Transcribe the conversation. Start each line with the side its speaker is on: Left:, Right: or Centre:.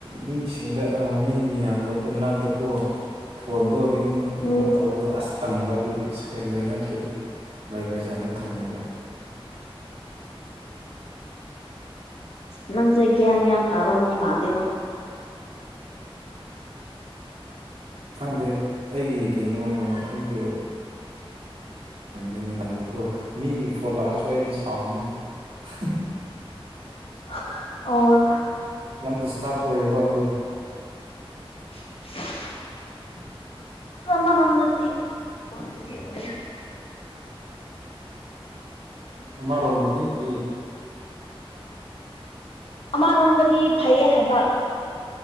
Right: ꯃꯤꯁꯤꯡꯗ ꯑ ꯃꯤ ꯃꯤꯌꯥꯝꯒ ꯄꯨꯟꯅꯕꯗꯀꯣ ꯐꯣꯟꯗꯣ ꯔꯤꯡꯒꯨꯝꯕ
Left: ꯎꯝ
Right: ꯇꯧꯕꯗꯣ ꯑꯁ ꯇꯟꯕ ꯑꯗꯨꯒꯤ ꯁꯥꯏꯂꯦꯟ ꯅꯠꯇ꯭ꯔꯗꯤ ꯚꯥꯏꯕ꯭ꯔꯦꯁꯟꯗꫭ ꯊꯝꯃꯤꯕ
Left: ꯅꯪꯖꯦ ꯒ꯭ꯌꯥꯟ ꯌꯥꯝ ꯇꯥꯕ ꯃꯤ ꯃꯥꯟꯂꯦꯕꯣ
Right: <unintelligible> ꯈꯪꯗꯦ ꯑꯩꯒꯤ ꯀꯩꯅꯣ ꯑꯩꯒꯤ <unintelligible> ꯇꯟꯕꯀꫭ ꯃꯤꯒꯤ ꯐꯣꯟ ꯂꯥꯛꯑꯁꯨ ꯑꯩꯗꯤ ꯁꯥꯎꯅꯤ <unintelligible>
Left: <unintelligible> ꯑꯣ
Right: ꯌꯥꯝ ꯗꯤꯁꯇꯔꯕ ꯑꯣꯏꯌꯦꯕ ꯑꯗꯨ
Left: <unintelligible> ꯍꯣꯏ ꯑꯃꯔꯣꯝꯗꯗꯤ ꯑꯣꯏꯕꯗꯤ ꯑꯣꯏꯌꯦ
Right: ꯑꯃꯔꯣꯝꯗꯗꯤ ꯀ꯭ꯔꯤ
Left: ꯑꯃꯔꯣꯝꯗꯗꯤ ꯐꯩꯌꯦ ꯍꯥꯏꯕ